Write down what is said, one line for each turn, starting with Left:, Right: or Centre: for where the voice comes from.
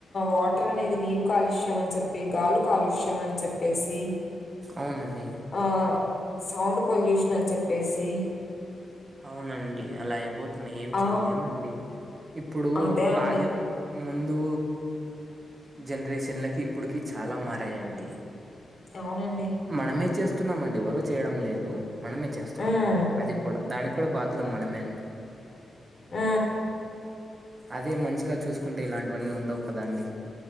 Left: వాటర్ అనేది నీరు కాలుష్యం అని చెప్పి, గాలు కాలుష్యం అని చెప్పేసి
Right: అవునండి
Left: హా సౌండ్ పొల్యూషన్ అని చెప్పేసి
Right: అవునండి అలా అయిపోతున్నాయి ఏం
Left: ఆ!
Right: చెయలేమండి ఇప్పుడు
Left: అదే అండి.
Right: ఆదమ్ ముందు జనరేషన్లకి, ఇప్పుడుకి చాలా మారాయండి.
Left: అవునండి
Right: మనమే చేస్తున్నామండి ఎవరో చేయడం లేదు. మనమే చేస్తున్నాం
Left: హ్మ్.
Right: అది కూడా దానికి కూడా బాధ్యలు మనమే అండి.
Left: ఆ
Right: అదే మంచిగా చూసుకుంటే ఇలాంటివన్నీ ఉండవు కదాండి.